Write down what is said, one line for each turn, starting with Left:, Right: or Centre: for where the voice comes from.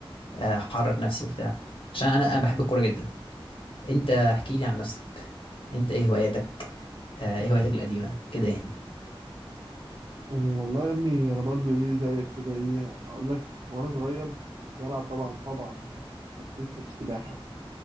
Left: آه، احرك نفسي وبتاع عشان انا انا بحب الكوره جدا انت احكي لي عن نفسك انت ايه هواياتك آه، ايه هواياتك القديمه كده يعني
Right: آه، والله يا ابني انا برضو ايه زيك كده ايه هقول لك وانا صغير كنت بلعب طبعا طبعا كنت لسه في السباحه